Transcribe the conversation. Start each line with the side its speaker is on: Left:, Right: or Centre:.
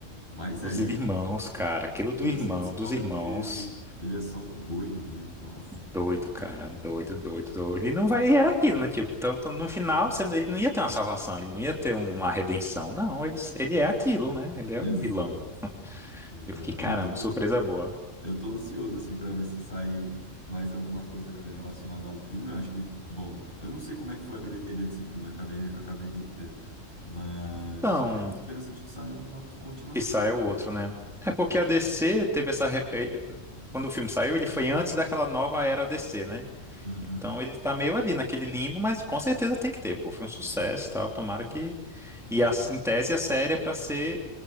Left: Mas aí,
Centre: Os irmãos, cara, aquilo
Left: quando
Centre: do irmão,
Left: você descobre
Centre: dos irmãos,
Left: que ele, ele é só um doido mesmo, nossa.
Centre: doido, cara, doido, doido, doido. E não vai, e era aquilo, né? Tipo, então, então, no final, você não- ele não ia ter uma salvação, ele não ia ter uma redenção. Não, ele, ele é aquilo, né? Ele é
Left: Exato,
Centre: um vilão.
Left: exato.
Centre: Eu fiquei, caramba,
Left: Eu tô,
Centre: surpresa boa.
Left: Eu tô ansioso, assim, para ver se sai mais alguma coisa relacionada ao filme. Eu acho que, bom, eu não sei como é que foi a bilheteria desse filme, acabei, acabei nem vendo. Mas
Centre: Então.
Left: esper- esperança de que saia uma continuação.
Centre: que saia o outro, né? É porque a DC teve essa. re- eh, Quando o filme saiu, ele foi antes daquela nova era DC, né?
Left: Uhum,
Centre: Então ele tá meio ali naquele limbo, mas com certeza tem que ter, pô. Foi um sucesso e tal, tomara que. E
Left: sim.
Centre: a, em tese a série é pra ser